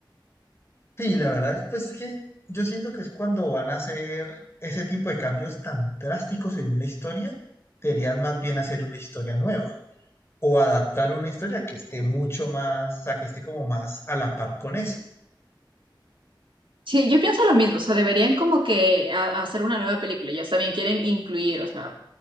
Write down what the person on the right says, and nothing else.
Sí, yo pienso lo mismo, o sea, deberían como que a- hacer una nueva película, ya está bien, quieren incluir, o sea,